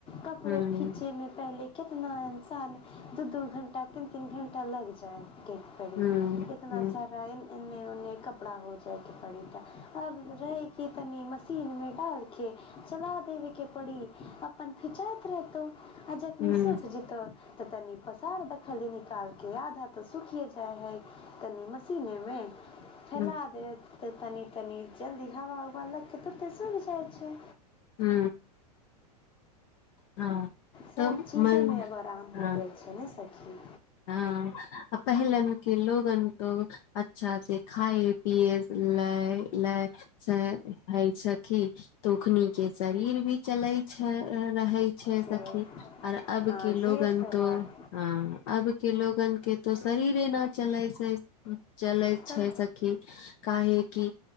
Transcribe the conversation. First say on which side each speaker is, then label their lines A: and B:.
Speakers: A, on the left; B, on the left.
A: कपड़ो
B: हूं
A: खीचै मे पहिले केतना इंसान दू दू घण्टा तीन तीन घण्टा लागि जाइ के पड़ी
B: हूं
A: ना
B: हूं
A: छा एने उन्ने कपड़ा हो जायके पड़ी ता अब रहै की तनी मशीन मे डाल के चला देवे के पड़ी अपन खिचाइत रहतौ आ जखनी
B: हूं
A: सूख जतौ तऽ तनी पसार द खाली निकाल क आधा तऽ सुखिए जाय है तनी मशीने मे फैला
B: हूं
A: देत तऽ तनी तनि जल्दी हवा उवा क तऽ सुख जाइ छै
B: हू हँ
A: सभ
B: तऽ
A: चीजे
B: मन
A: मे एब आराम
B: हँ
A: हो गेल छै ने सखी
B: हँ आ पहिलन कि लोगन तो अच्छा से खाए पियए लए लए से हय सखी तोखनी के शरीर भी चले छै रहे छै
A: जे
B: सखी आर अब
A: हँ
B: के लोगन
A: जे तऽ
B: तो
A: बात
B: ह अब के लोगन के त शरीरे न चलै छै चले
A: तऽ
B: छै काह कि